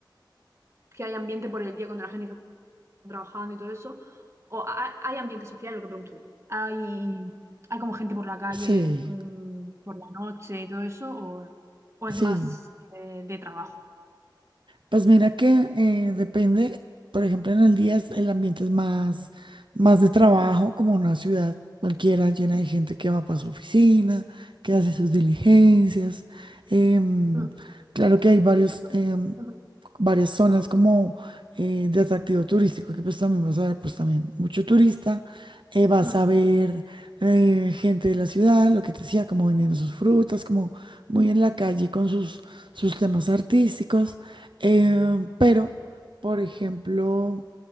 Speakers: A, on the right; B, on the right.
A: que hay ambiente por el día cuando la gente está trabajando y todo eso? ¿O ha- hay ambiente social? Lo que pregunto yo. ¿Hay, hay como gente por la calle,
B: Sí,
A: mm, por la noche y todo eso? ¿O, o
B: sí.
A: es más eh, de trabajo?
B: Pues mira que eh, depende, por ejemplo, en el día es- el ambiente es más, más de trabajo, como una ciudad cualquiera llena de gente que va para su oficina, que hace sus diligencias. Em,
A: Mm,
B: claro que hay varios, em,
A: ujú,
B: varias zonas como eh, de atractivo turístico, que pues también vas a ver, pues también mucho turista, eh, vas
A: mm,
B: a ver eh, gente de la ciudad, lo que te decía, como vendiendo sus frutas, como muy en la calle con sus, sus temas artísticos. Eh, pero, por ejemplo,